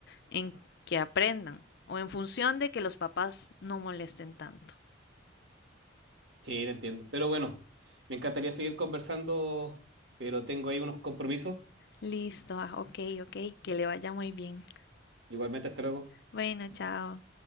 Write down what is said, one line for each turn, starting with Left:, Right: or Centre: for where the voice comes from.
Left: en que aprendan o en función de que los papás no molesten tanto.
Right: Sí, te entiendo. Pero bueno, me encantaría seguir conversando, pero tengo ahí unos compromisos.
Left: Listo, ah, ok, ok, que le vaya muy bien.
Right: Igualmente, hasta luego.
Left: Bueno, chao.